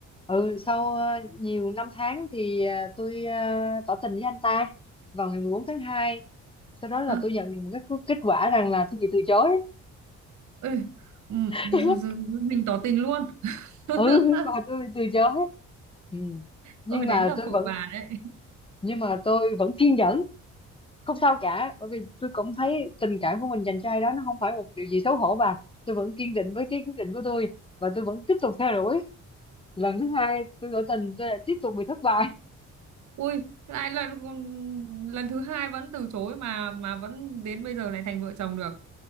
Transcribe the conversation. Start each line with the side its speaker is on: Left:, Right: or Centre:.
Left: ừ sau à, nhiều năm tháng thì à, tôi à, tỏ tình với anh ta vào ngày 14 tháng hai sau đó là
Right: Ơ,
Left: tôi nhận được một cái kết quả rằng là tôi bị từ chối
Right: ê, ừ,
Left: <laughs>
Right: giờ- giờ- giờ mình tỏ tình luôn <laughs>
Left: ừ <laughs> và tôi từ chối ừ nhưng
Right: ôi
Left: mà
Right: đến là
Left: tôi
Right: phụ
Left: vẫn
Right: bà đấy
Left: nhưng mà tôi vẫn kiên nhẫn không sao cả bởi vì tôi cũng thấy tình cảm của mình dành cho ai đó nó không phải một điều gì xấu hổ và tôi vẫn kiên định với cái quyết định của tôi và tôi vẫn tiếp tục theo đuổi lần thứ hai tôi tỏ tình tôi lại tiếp tục bị thất bại
Right: <laughs> ui lại là lần thứ hai vẫn từ chối mà mà vẫn đến bây giờ lại thành vợ chồng được